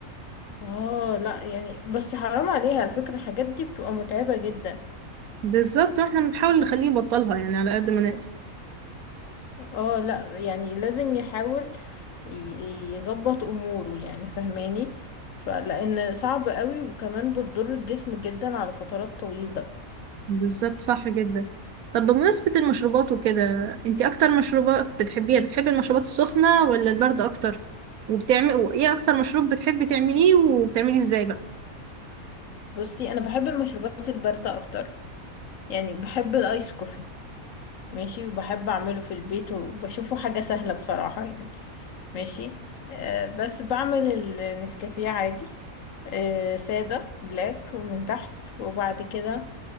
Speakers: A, on the left; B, on the right.
A: اه لا يعني بس حرام عليها على فكرة الحاجات دي بتبقى متعبة جدا
B: بالظبط احنا بنحاول نخليه يبطلها يعني على قد ما نقدر
A: اه لا يعني لازم يحاول ي- يظبط اموره يعني فهماني فلان صعب قوي وكمان بتضر الجسم جدا على فترات طويلة
B: بالظبط صح جدا طب بمناسبة المشروبات وكده انتي اكتر مشروبات بتحبيها بتحبي المشروبات السخنة ولا الباردة اكتر وبتعمل ايه اكتر مشروب بتحبي تعمليه وبتعمليه ازاي بقى
A: بصي انا بحب المشروبات الباردة اكتر يعني بحب الايس كوفي ماشي وبحب اعمله في البيت وبشوفه حاجة سهلة بصراحة يعني. ماشي آه بس بعمل النسكافيه عادي آه سادة بلاك ومن تحت وبعد كده